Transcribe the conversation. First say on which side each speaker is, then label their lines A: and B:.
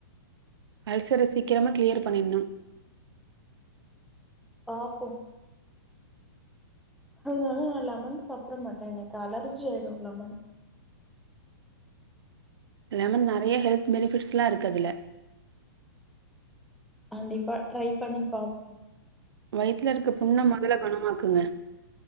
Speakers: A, on the right; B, in the centre.
A: அல்சர சீக்கிரமா க்ளியர் பண்ணிட்ணும்
B: பாப்போம் அதனால நான் லெமன் சாப்ற மாட்டன் எனக்கு அலர்ஜி ஆயிடும் லெமன்
A: லெமன் நெறைய ஹெல்த் பெனிபிட்ஸ்லாருக்கு அதுல
B: கண்டிப்பா ட்ரை பண்ணி பாப்போம்
A: வயித்துலர்க்க புண்ண மொதல்ல கொணமாக்குங்க